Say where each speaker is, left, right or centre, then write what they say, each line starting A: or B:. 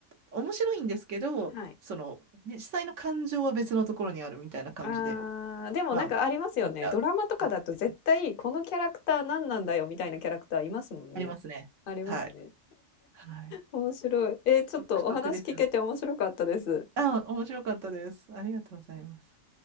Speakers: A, on the right (about 70°); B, on the left (about 45°).
A: た面白いんですけどそのね実際の感情は別のところにあるみたいな感じで
B: はい。ああ、でもなんかありますよね。
A: まあ見ちゃう感じです
B: ドラマとかだと絶対このキャラクター何なんだよみたいなキャラクターいますもんね。
A: ありますねはい、
B: ありますね。
A: はい、
B: 面白い。えーちょっとお話聞けて面白かったです。
A: 独特ですよねあ面白かったですありがとうございます